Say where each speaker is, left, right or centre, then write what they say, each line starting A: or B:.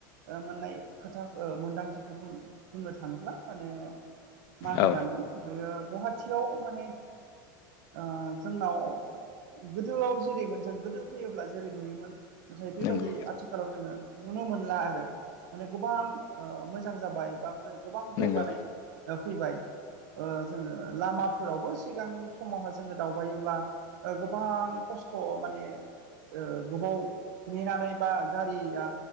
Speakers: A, on the right; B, on the left.
A: ओ मोननाय खोथा ओ मोन्दांथिखौ बुंनो थाङोब्ला माने मा होननांगोन
B: औ
A: बेयो गुवाहाटियाव माने ओ जोंनाव गोदोआव जेरैमोन जों गोदो फैयोब्ला जेरै नुयोमोन नाथाय बेबायदि
B: नंगौ
A: आथिखालाव जोङो नुनो मोन ला आरो माने गोबां ओ मोजां जाबाय बा गोबां
B: नंगौ
A: जौगानाय फैबाय ओ जोङो लामाफोरावबो सिगां समावहाय जोङो दावबायोब्ला गोबां खस्थ' माने ओ गोबाव नेनानै बा गारिया